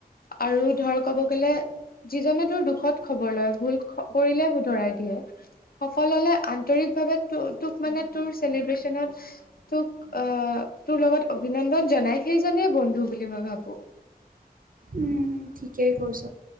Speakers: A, on the left; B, on the right.
A: আৰু ধৰ ক'ব গলে যিজনে তোৰ দুখত খবৰ লয় ভুল কৰিলে শুধৰাই দিয়ে সফল হলে আন্তৰিক ভাৱে তোক মানে তোৰ চেলিভিছনত তোক অ তোৰ লগত অভিন্দন জনায় সেই জনেই বন্ধু। বুলি মই ভাবো।
B: উম ঠিকেই কৈছ